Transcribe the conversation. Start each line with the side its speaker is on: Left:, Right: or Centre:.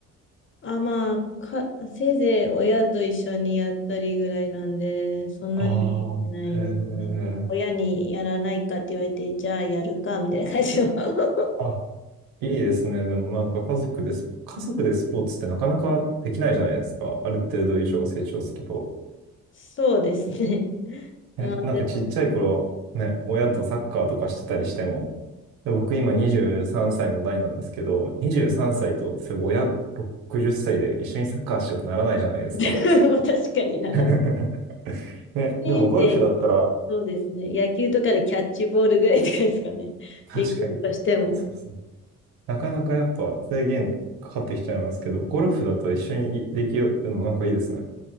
Left: あ、まあ、か、せいぜい親と一緒にやったりぐらいなんで、そんなにやってないですね。
Right: ああ、へえ。
Left: 親にやらないかって言われて、じゃあやるか、みたいな感じの。<laughs>
Right: あ、いいですね。でもなんか家族でス、家族でスポーツってなかなかできないじゃないですか。ある程度以上成長すると。
Left: そうですね。
Right: え、
Left: まあでも、
Right: なんかちっちゃい頃、ね、親とサッカーとかしてたりしても、で僕今23歳の代なんですけど、23歳と、そういえば親60歳で一緒にサッカーしようってならないじゃないですか。
Left: <laughs> 確かにならない。
Right: <laughs> ね、
Left: せいぜ
Right: でもゴルフだったら、
Left: そうですね。野球とかでキャッチボールぐらいとかですかね。<laughs>
Right: 確かに、
Left: できるとしても。
Right: そうそう。なかなかやっぱ制限かかってきちゃいますけど、ゴルフだと一緒にできるのなんかいいですね。